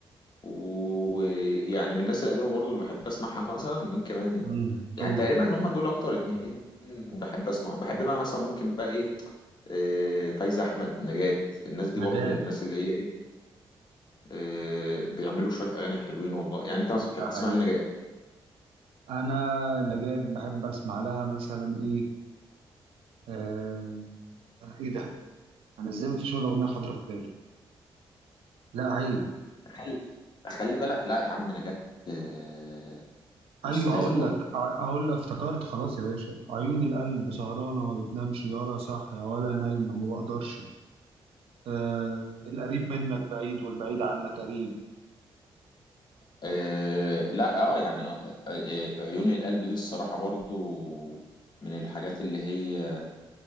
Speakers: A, on the left; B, on the right.
A: ويعني من الناس القديمة برضو اللي بحب اسمعها مثلا مين كمان
B: امم
A: يعني
B: اوه
A: تقريبا ان هم دول اكتر اتنين بحب اسمعهم بحب بقى مثلا ممكن بقى ايه آه، فايزة احمد نجاة الناس دي
B: نجاة
A: برضو من الناس اللي هي ايه آه، بيعملوا شوية اغاني حلوين والله يعني انت مثلا بتحب
B: ده حقيقي
A: تسمع إيه لنجاة
B: انا نجاة بحب اسمع لها مثلا ايه آه... انا ايه ده انا ازاي ما فيش ولا اغنيه حاضره في بالي لا عيب
A: خلي خلي بالك لا يا عم نجاة آه،
B: ايوه
A: أستاذة
B: هقول
A: برضه
B: لك ع- هقول لك افتكرت خلاص يا باشا عيون القلب سهرانه ما بتنامش ولا صاحيه ولا نايمه ما بقدرش آه القريب منك بعيد والبعيد عنك قريب
A: آه، لا اه يعني آه، آه، عيون القلب دي الصراحة برضه من الحاجات اللي هي